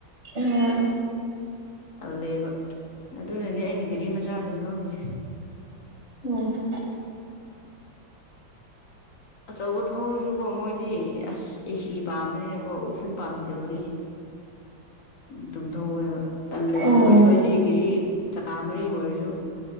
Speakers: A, on the right; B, on the left.
A: ꯎꯝ
B: ꯆꯜꯂꯦꯕ ꯑꯗꯨꯅꯅꯦ ꯑꯩꯅ ꯒꯦꯔꯤ ꯃꯆꯥ ꯑꯗꯨꯝ ꯊꯧꯔꯤꯁꯦ
A: ꯎꯝ
B: ꯑꯆꯧꯕ ꯊꯧꯔꯁꯨꯀꯣ ꯃꯣꯏꯗꯤ ꯑꯁ ꯑꯦꯁꯤ꯫ ꯄꯥꯝꯃꯦꯣ ꯎꯐꯨꯜ ꯄꯥꯝꯗꯕꯒꯤ ꯇꯨꯝ ꯊꯧꯋꯦꯕ ꯇꯜꯂꯦ ꯑꯗꯨ
A: ꯎꯝ
B: ꯑꯣꯏꯔꯁꯨ ꯑꯩꯗꯤ ꯀꯦꯖꯤ ꯆꯀꯥ ꯃꯔꯤ ꯑꯣꯏꯔꯁꯨ